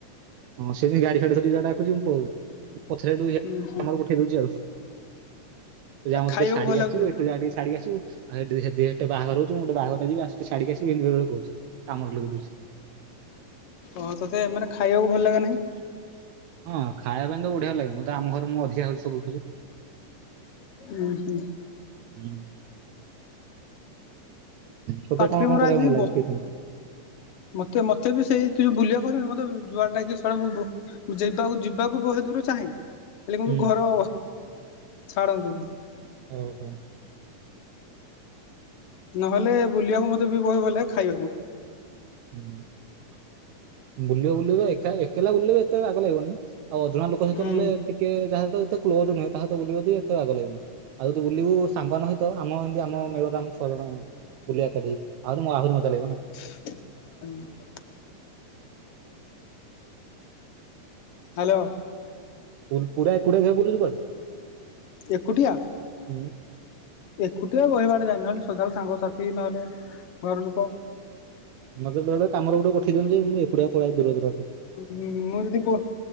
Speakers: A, on the right; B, on the left.
A: ହଁ ସିଏ ଗାଡି ଫାଡି ଧରିକି ଡାକୁଚି ମୁଁ ପଳୋଉଚି। <unintelligible>
B: ହୁଁ ହୁଁ
A: ଫେରୁଚି ଆଉ ତୁ ଯା ମତେ
B: ଖାଇବାକୁ
A: ଟିକେ ଛାଡିକି
B: ଭଲ ଲାଗୁଛି
A: ଆସିବୁ
B: ନା?
A: ଏଠୁ ଯା ଟିକେ ଛାଡିକି ଆସିବୁ। ଆଉ ହେଟି ହେଟି ହେଟି ବାହାଘର ହୋଉଚି ମୁଁ ଗୋଟେ ବାଘରିଆ ଯିବି ଆସେ ଟିକେ ଛାଡିକି ଆସିବୁ ଏମିତି ବେଳେ ବେଳେ କୋହୁଚି କାମରେ ଲଗେଇ ଦୋଉଚି।
B: ଓହୋ ତତେ ମାନେ ଖାଇବାକୁ ଭଲ ଲାଗେ ନାହିଁ?
A: ହଁ ଖାଇବା ପାଇଁ ତ ବଢିଆ ଲାଗେ। ମୁଁ ତ ଆମ ଘରେ ମୁଁ ଅଧିକା ଖାଉଚି ସବୁଠୁ ଯେ।
B: ଉଁ ହୁଁ।
A: ହୁଁ ତତେ
B: ପାଟିରେ
A: କଣ କଣ
B: ମୋର
A: କରିବା
B: ଆଜି
A: ପାଇଁ ଲାଗେ
B: ବ
A: ଫ୍ରି ଟାଇମ୍
B: ମତେ ମତେ ବି ସେଇ ତୁ ଯୋଉ ବୁଲିବାକୁ କହିଲୁନି ମତେ ଯୁଆଡେ ଡାକିବୁ ଶଳା ମୁଁ ବୁ ଯିବାକୁ ଯିବାକୁ ବହେ ଦୂର ଚାହେଁ ହେଲେ କିନ୍ତୁ
A: ହୁଁ
B: ଘର ଛାଡନ୍ତିନି।
A: ଓ ହୋ।
B: ନହେଲେ ବୁଲିବାକୁ ମତେ ବି ବହେ ଭଲଲାଗେ। ଖାଇବାକୁ
A: ହୁଁ ବୁଲିବ ବୁଲିବ ଏକା ଏକଲା ବୁଲିବ ହେତେ ବାଗ ଲାଗିବନି ଆଉ ଅଜଣା ଲୋ କ ସହିତ
B: ହୁଁ
A: ନେଲେ ଟିକେ ଯାହା ସହିତ ଏତେ କ୍ଲୋଜ ନୁହେ ତାହା ସହିତ ବୁଲିବି ଯଦି ଏତେ ବାଗ ଲାଗିବନି। ଆଉ ତୁ ବୁଲିବୁ ସାଙ୍ଗ ମାନଙ୍କ ସହିତ ଆମ ଏମିତି ଆମ ମେଳରେ ଆମ ଛଅ ଜଣଙ୍କୁ ବୁଲିବା ଏକାଠି ହେଇକି ଆହୁରୁ ମ-ମଜା ଲାଗିବ ନା।
B: ହୁଁ। ହାଲୋ।
A: ପୁ-ପୁରା ଏକୁଟିଆ କେବେ ବୁଲିଚୁ କୁଆଡେ?
B: ଏକୁଟିଆ।
A: ହୁଁ।
B: ଏକୁଟିଆ ବହିବାଡେ ଯାଇନି ନ ହେଲେ ସଦା ବେଳେ ନ ହେଲେ ସାଙ୍ଗ ସାଥି ଘର ଲୋକ।
A: ମତେ ବେଳେ ବେଳେ କାମରେ ଗୋଟେ ପଠେଇ ଦଉଚନ୍ତି ଯେ ମୁଁ ଏକୁଟିଆ ପଳାଏ ଦୂର ଦରାକୁ।
B: ଉଁ ମୁଁ ଯଦି ଗୋ